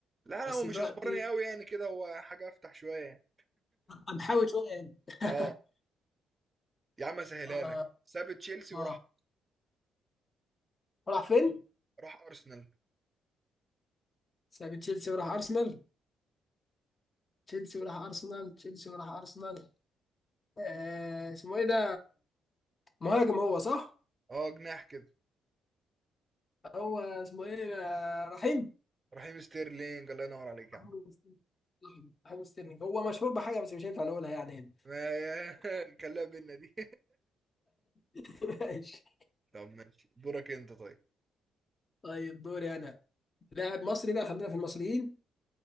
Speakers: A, on the right; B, on the left.
A: لا لا
B: بس
A: هو مش
B: دلوقتي
A: اسمراني قوي يعني كده هو حاجة أفتح شوية يعني
B: هنحاول شويه يعني <laughs>
A: اه يا عم أسهلها
B: اه
A: لك ساب تشيلسي
B: اه
A: وراح
B: راح فين؟
A: راح أرسنال
B: ساب تشيلسي وراح ارسنال تشيلسي وراح ارسنال تشيلسي وراح ارسنال آه اسمه ايه ده مهاجم هو صح
A: اه جناح كده
B: هو اسمه ايه آه، رحيم
A: رحيم ستيرلينج الله ينور عليك يا
B: رحيم
A: عم
B: ستيرلينج رحيم ستيرلينج. هو مشهور بحاجه بس مش هينفع نقولها يعني هنا
A: ما يا <laughs> كلها بينا دي
B: <laughs> ماشي
A: <laughs> طب ماشي دورك انت طيب
B: طيب دوري انا لاعب مصري بقى خلينا في المصريين